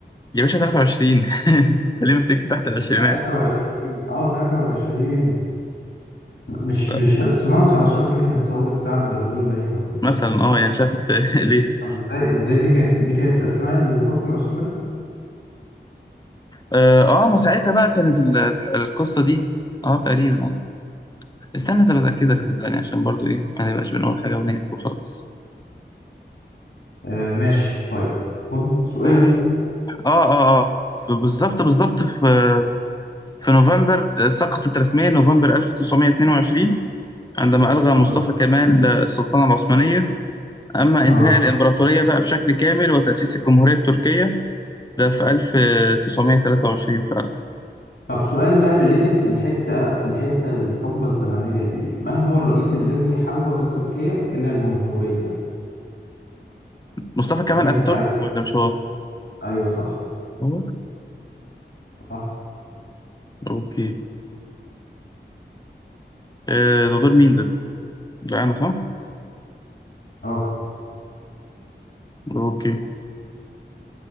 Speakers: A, on the left (about 20°); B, on the left (about 65°).
A: يا باشا 23 <laughs> انت ليه مسكت تحت العشرينات؟
B: 23 اه 23 مش
A: لا،
B: مش 1919 دي كانت ثورة سعد زغلول باين ولا كان
A: مثلا
B: اسمها ايه؟
A: اه يعني شايف انت <laughs> ليه؟
B: طب ازاي ازاي دي كانت دي كانت أثناء الحكم العثماني؟
A: اه آه، ما ساعتها بقى كانت ال- القصه دي اه تقريبا اه استنى
B: أوكي.
A: طب اتاكدك صدقني عشان برضو ايه ما نبقاش بنقول حاجه ونهبد وخلاص
B: آه ماشي طيب خد سؤال
A: اه اه اه ف- بالظبط بالظبط في في نوفمبر آه، سقطت رسميا نوفمبر 1922 عندما ألغى
B: اه
A: مصطفى كمال آه، السلطنة العثمانية أما
B: اه
A: انتهاء الإمبراطورية بقى بشكل كامل وتأسيس الجمهورية التركية ده في 1923 فعلا
B: طب سؤال بقى ريليتد في الحتة في الحتة الحقبة الزمنية دي من هو الرئيس الذي حول تركيا إلى جمهورية؟
A: مصطفى كمال
B: تركيا
A: أتاتورك
B: أنت عارف
A: ولا مش هو؟
B: أيوه صح
A: هو؟
B: صح
A: أوكي آه، ده دور مين ده؟ لا أنا صح؟
B: اه
A: أوكي